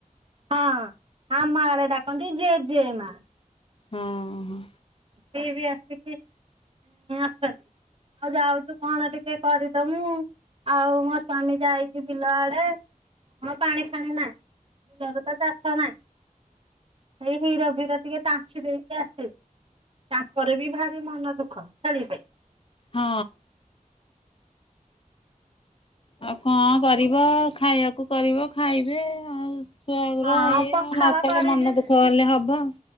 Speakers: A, on the right; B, on the left.
A: ହଁ ଆମରେ ଡାକନ୍ତି ଜେ ଜେ ମା
B: ହଁ ହଁ
A: ସିଏ ବି ଆସିକି ଅଛନ୍ତି ଆଉ ଯାଉଛୁ କଣ ଟିକେ କରିଦ ମୁଁ ଆଉ ମୋ ସ୍ଵାମୀ ଯାଇଛି ବିଲ ଆଡେ କଣ ପାଣି ଫାଣି ନାହିଁ <inaudible> ଏଇ ହିର ଭିର ଟିକେ ତାଛି ଦେଇକି ଆସିବେ ତାଙ୍କର ବି ଭାରି ମନ ଦୁଃଖ ଛେଳି ପାଇଁ
B: ହଁ ଆଉ କଣ କରି କରିବ ଖାଇବାକୁ କରିବ ଖାଇବେ ଆଉ ଛୁଆଗର
A: ହଁ
B: ଇଏ
A: ପଖାଳ
B: ନ କଲେ
A: କରିଛି
B: ମନ ଦୁଃଖ ହେଲେ ହବ